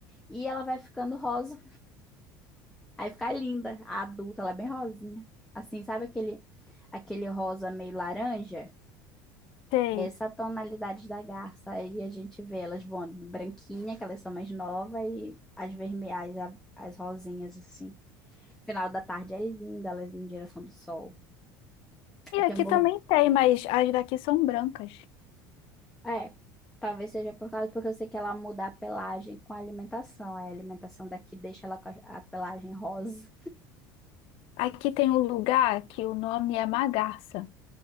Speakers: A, in the centre; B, on the left (about 60°).
A: E ela vai ficando rosa. Aí fica linda. A adulta, ela é bem rosinha. Assim, sabe aquele, aquele rosa meio laranja?
B: Tem.
A: Essa tonalidade da garça. Aí a gente vê elas voando branquinha, que elas são mais novas, e as vermelhas, a- as rosinhas, assim. Final da tarde é linda, elas indo em direção do sol.
B: E
A: Aí tem
B: aqui
A: um borbo.
B: também tem, mas as daqui são brancas.
A: É, talvez seja por causa, porque eu sei que ela muda a pelagem com a alimentação. Aí a alimentação daqui deixa ela com a, a pelagem rosa.
B: Aqui tem um lugar que o nome é Magarça.